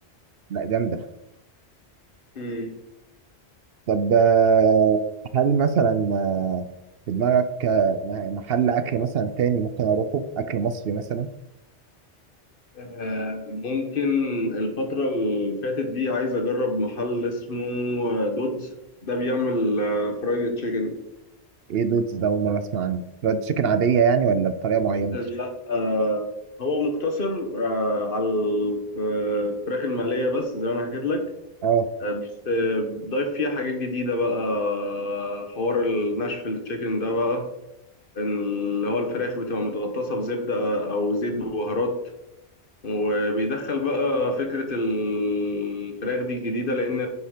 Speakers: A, on the right (about 65°); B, on the left (about 50°).
A: لا جامدة
B: مم.
A: طب آه، هل مثلا آه، في دماغك آه، م- محل أكل مثلا تاني ممكن أروحه أكل مصري مثلا
B: آه، ممكن الفترة اللي فاتت دي عايز أجرب محل اسمه آه، دودز ده بيعمل آه، فرايد تشيكن
A: إيه دودز ده أول مرة أسمع عنه فرايد تشيكن عادية يعني ولا بطريقة معينة
B: لا آه، هو مقتصر آه، على الفراخ المقلية بس زي ما أنا حكيت لك
A: أه
B: آه، بس آه، ضايف فيها حاجات جديدة بقى آه، حوار الناشفيل تشيكن ده بقى إن اللي هو الفراخ بتبقى متغطسة بزبدة أو زيت ببهارات وبيدخل بقى فكرة الفراخ دي الجديدة لأن